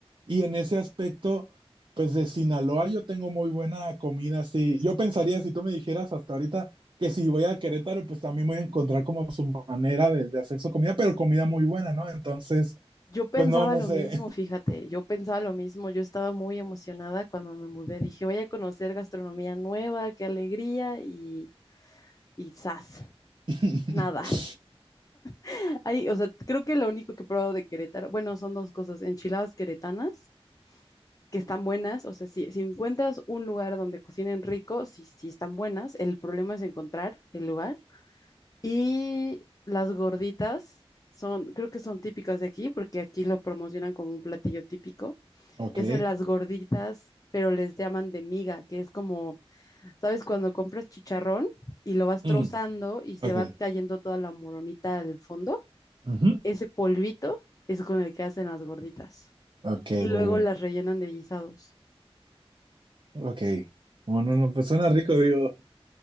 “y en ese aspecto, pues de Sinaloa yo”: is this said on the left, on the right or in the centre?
Right